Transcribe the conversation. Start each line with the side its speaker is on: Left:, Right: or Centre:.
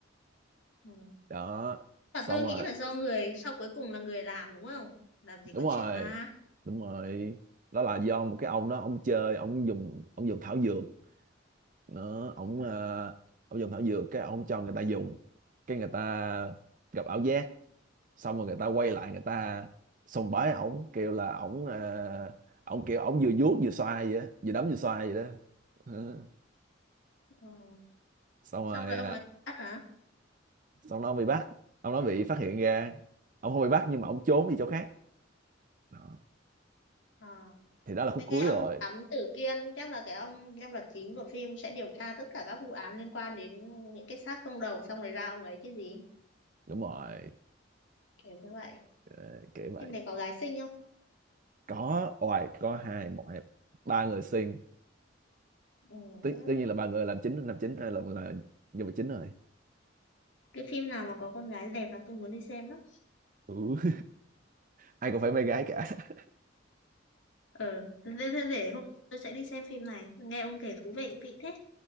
Left: ừ.
Right: đó
Left: Mà
Right: xong
Left: tôi nghĩ
Right: rồi
Left: là do người sau cuối cùng là người làm đúng không? Làm gì
Right: đúng
Left: có
Right: rồi
Left: chuyện ma.
Right: đúng rồi đó là do một cái ông đó ông chơi ông dùng ông dùng thảo dược nó ông
Left: Ờ
Right: ờ, ông dùng thảo dược cái ông cho người ta dùng cái người ta gặp ảo giác xong rồi người ta quay lại người ta sùng bái ổng kêu là ổng ờ, ổng kiểu ổng vừa vuốt vừa xoa vậy á vừa đấm vừa xoa vậy đó Ờ,
Left: Ừ.
Right: xong
Left: Xong
Right: rồi
Left: rồi ông
Right: ờ,
Left: ấy bắt hả?
Right: xong nó bị bắt ông nó bị phát hiện ra ông không bị bắt nhưng mà ông trốn đi chỗ khác đó.
Left: Ờ.
Right: thì đó là khúc
Left: Thế
Right: cuối
Left: cái ông
Right: rồi
Left: thám tử Kiên chắc là cái ông nhân vật chính của phim sẽ điều tra tất cả các vụ án liên quan đến những cái xác không đầu xong rồi ra ông ấy chứ gì.
Right: đúng rồi
Left: Kiểu như vậy.
Right: Ờ, kiểu vậy
Left: Phim này có gái xinh không?
Right: có oài có hai một hai ba người xuyên
Left: Ừ.
Right: tất,
Left: ừ.
Right: tất nhiên là ba người làm chính làm chính ai là là nhân vật chính rồi
Left: Cái phim nào mà có con gái đẹp là tôi muốn đi xem lắm.
Right: ừ. <laughs> ai cũng phải mê gái cả <laughs>
Left: Ờ. Thế thế- thế để hôm tôi sẽ đi xem phim này. Nghe ông kể thú vị kỹ thế.